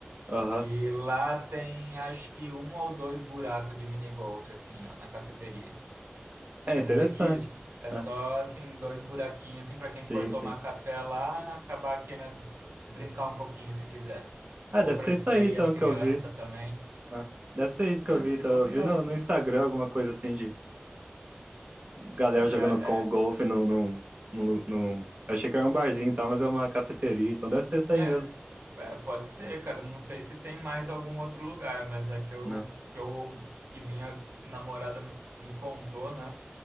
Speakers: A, on the right (about 45°); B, on the right (about 75°).
A: aham.
B: E lá tem acho que um ou dois buracos de minigolf, assim, ó, na cafeteria.
A: É
B: Mas
A: interessante.
B: é meio que isso. É
A: Ah,
B: só, assim, dois buraquinhos, assim, para quem
A: sim,
B: for tomar
A: sim.
B: café lá, acabar aqui, né, brincar um pouquinho se quiser.
A: Ah,
B: Ou
A: deve
B: para
A: ser
B: distrair
A: isso aí então
B: as crianças
A: que eu vi.
B: também.
A: Ah, deve ser isso que
B: É,
A: eu vi.
B: se
A: Então,
B: bobear.
A: eu vi no, no Instagram alguma coisa assim de galera
B: né?
A: jogando co-
B: é
A: golfe num, num, num, lu- num- Eu achei que era um barzinho e tal, mas é uma cafeteria, então deve ser isso aí
B: É,
A: mesmo,
B: É, pode ser, cara. Não sei se tem mais algum outro lugar, mas é que eu
A: né?
B: que, eu, que minha namorada me, me contou, né?